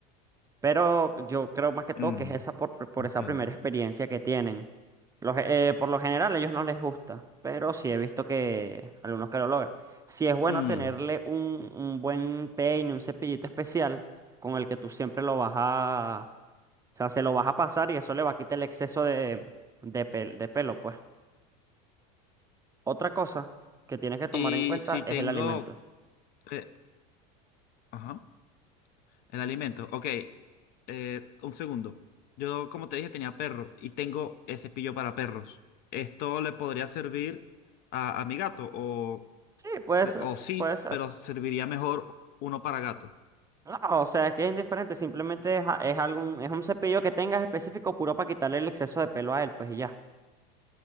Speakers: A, on the right; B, on the left.
A: Pero yo creo más que todo
B: Mm,
A: que es esa por, por
B: entiendo.
A: esa primera experiencia que tienen. Los, eh, por lo general a ellos no les gusta, pero sí he visto que algunos que lo logran. Sí es bueno
B: Mm,
A: tenerle un, un buen peine, un cepillito especial con el que tú siempre lo vas a... O sea, se lo vas a pasar y eso le va a quitar el exceso de, de, pel- de pelo, pues. Otra cosa que tienes que tomar
B: Y
A: en cuenta
B: si tengo...
A: es el alimento.
B: eh, ajá. El alimento. Ok. eh, un segundo. Yo, como te dije, tenía perro y tengo el cepillo para perros. ¿Esto le podría servir a, a mi gato? O,
A: Sí, puede
B: se-
A: ser,
B: o sí,
A: puede ser.
B: pero serviría mejor uno para gato.
A: No, o sea, es que es indiferente, simplemente es, a- es algún, es un cepillo que tengas específico puro para quitarle el exceso de pelo a él, pues y ya.